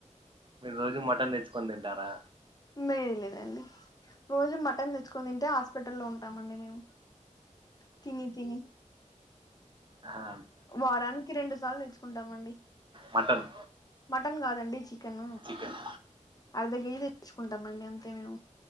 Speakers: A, on the right; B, on the left.
A: మీరు రోజు మటన్ తెచ్చుకొని తింటారా
B: మేయ లేదండి రోజు మటన్ తెచ్చుకని తింటే హాస్పిటల్లో ఉంటామ అండి మేము తిని తిని
A: ఆ
B: వారానికి రెండు సార్లు తెచ్చుకుంటామండి
A: మటన్
B: మటన్ కాదండి చికెన్
A: చికెన్
B: అర్ధ కేజీ తెచ్చుకుంటామండి అంతే మేము